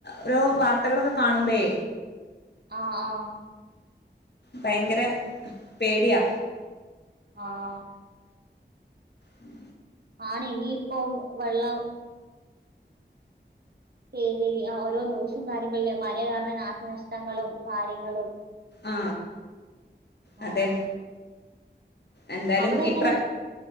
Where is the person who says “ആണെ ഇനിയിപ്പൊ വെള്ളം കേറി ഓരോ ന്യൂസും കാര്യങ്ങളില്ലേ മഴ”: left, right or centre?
Right